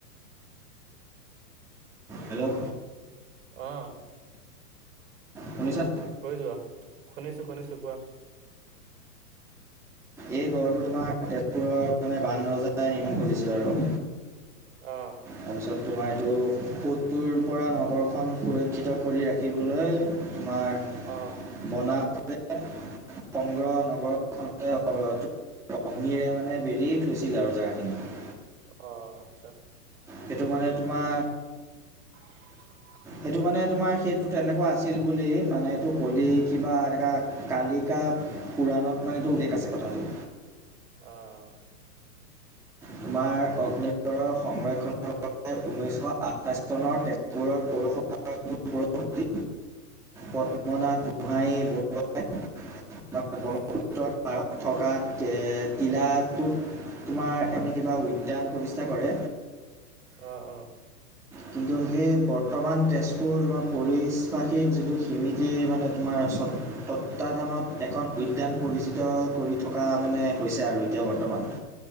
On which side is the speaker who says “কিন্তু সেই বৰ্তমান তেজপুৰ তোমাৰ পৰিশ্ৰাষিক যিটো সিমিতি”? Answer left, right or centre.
Centre